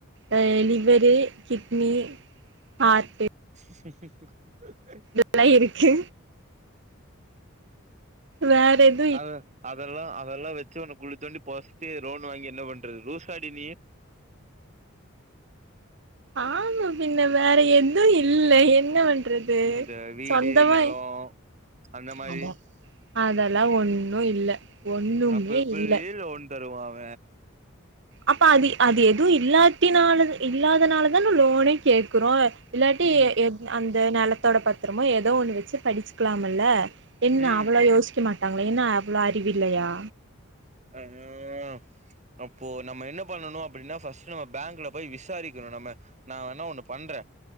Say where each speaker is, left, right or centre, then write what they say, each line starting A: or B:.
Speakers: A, on the right; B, on the right.
A: ஏ லிவரு கிட்னி ஹார்ட்டு
B: ச
A: எல்லா இருக்கு வேறென்
B: அத அதெல்லா அதெல்லா வச்சு உன்ன குழி தோண்டி பொதச்சிட்டு ரோன் வாங்கி என்ன பண்றது லூசாடி நீ
A: ஆமா பின்ன வேற எதும் இல்ல என்ன வண் றது
B: இந்த வீடு
A: சொந்தமா
B: நெலோ அந்த மாரி
A: ஆமா அதெல்லா ஒண்ணு இல்ல ஒண்ணுமே
B: அப்ப எப்பிரி
A: இல்ல
B: லோன் தருவா அவ
A: அப்ப அதி அது எதுவு இல்லாத்தினாலது இல்லாதனாலதா லோனே கேக்குறோ இல்லாட்டி
B: ம்
A: எ எந் அந்த நெலத்தோட பத்ரமோ ஏதோ ஒண்ணு வச்சு படிச்சுக்கலாமில்ல என்ன
B: ம்
A: அவ்வளோ யோசிக்க மாட்டாங்களா என்ன அவ்வளோ அறிவில்லயா
B: அய்யோவயோ அப்போ நம்ம என்ன பண்ணணு அப்டின்னா ஃபஸ்ட் நம்ம பேங்க்ல போய் விசாரிக்கணு நம்ம நா வேணா ஒண்ணு பண்ற